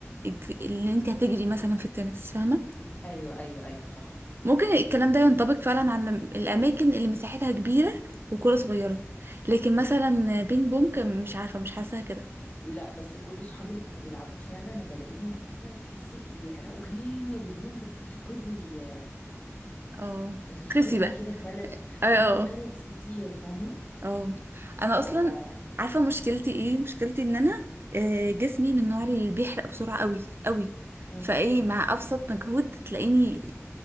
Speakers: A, on the right; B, on the left.
A: الج- اللي انت هتجري مثلا في التنس فاهمه
B: ايوه ايوه ايوه صح
A: ممكن الكلام ده ينطبق فعلا على الم- الاماكن اللي مساحتها كبيره وكره صغيره لكن مثلا بينج بونج مش عارفه مش حاساها كده
B: لا بس كل صحابي اللي كانوا بيلعبوه فعلا انا بلاقيهم عارفه تحسي بيعرقوا جامد اللي هو انت بتفقدي
A: اه
B: بتفقدي
A: خسي بقى
B: كده كالوري
A: اه آه.
B: اه كالوريز كتير فاهمه
A: اه انا
B: ف
A: اصلا عارفه مشكلتي ايه مشكلتي ان انا آه، جسمي من النوع اللي بيحرق بسرعه قوي قوي
B: امم
A: فايه مع ابسط مجهود تلاقيني